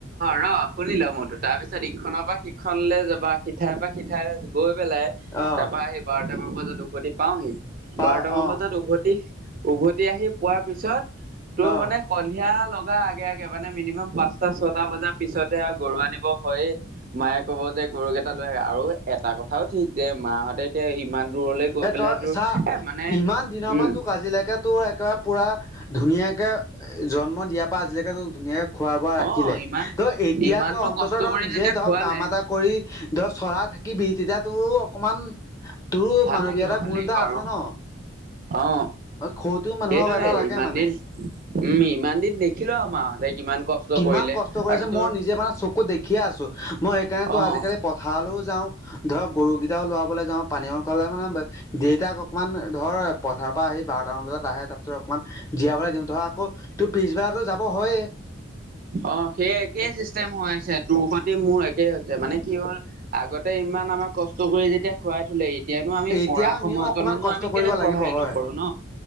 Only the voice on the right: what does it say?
অ শুনো মোৰটো তাৰ পিছত তাৰপিত ইখনৰ পৰা সিখনলৈ যাবা, সিঠাইৰ পৰা সিঠাই গৈ পেলাই
তাৰ পৰা স বাৰটা বাৰ বজাত উভতি পাওহি
বাৰটামান
বজাত উভতি, উভতি আহি পোৱাৰ পিছত তোৰ
মানে সন্ধিয়া ল আগে আগে মানে মিনিমাম পাঁচটা ছটা বজাৰ পিছতে আৰু গৰু আনিব হয়েই। মায়ে ক'ব যে গৰুকেইটা লৈ আৰু এটা কথাও ঠিক যে মাহতে এতিয়া ইমান দূৰলৈ গৈ
পেলাই
তোৰ
এ মানে
উম
অ ইমান
ইমানটো
কষ্ট
কৰি
যেতিয়া
খোৱালে
ভাল
লাগিব
ভাল
লাগিব
আৰু
অ
সেইটোয়ে
ইমান
দিন উম ইমান দিন দেখিলো মাহতে কিমান কষ্ট
কৰিলে
আৰু
তোৰ
অ
অ সেই একেই চিষ্টেম হৈ আছে, তোৰ সতে মোৰ একেই হৈছে মানে কি হ'ল আগতে ইমান আমাক কষ্ট কৰি যেতিয়া খুৱাই থলে, এতিয়ানো আমি
পঢ়া
সময়কনো
আমি
কেলে
সহায়
নকৰো ন।